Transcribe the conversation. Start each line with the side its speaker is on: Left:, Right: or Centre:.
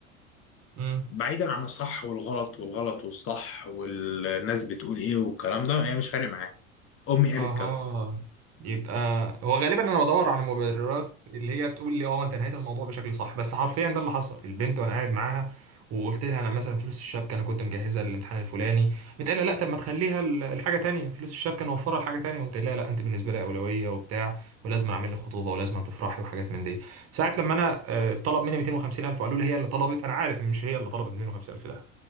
Right: مم.
Left: بعيدا عن الصح والغلط والغلط والصح والناس بتقول ايه والكلام ده هي مش فارق معاها امي قالت
Right: اها
Left: كذا
Right: يبقى هو غالبا انا بدور على مبررات اللي هي تقول لي اه انت نهيت الموضوع بشكل صح بس حرفيا ده اللي حصل البنت وانا قاعد معاها وقلت لها انا مثلا فلوس الشبكه انا كنت مجهزها للامتحان الفلاني بتقول لا طب ما تخليها ال- الحاجه تانية فلوس الشبكه نوفرها لحاجه تانية قمت قايل لها لا انت بالنسبه لي اولويه وبتاع ولازم اعمل لك خطوبه ولازم تفرحي وحاجات من دي ساعه لما انا آه، طلب مني 250000 وقالوا لي هي اللي طلبت انا عارف إن مش هي اللي طلبت 250000 ده